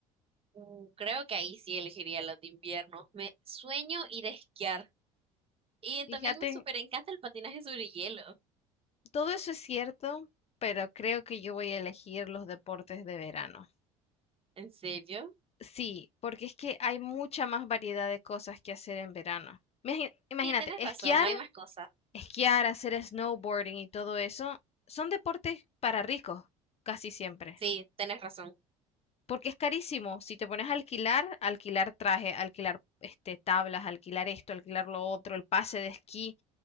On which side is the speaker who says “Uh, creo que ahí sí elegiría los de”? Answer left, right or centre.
Right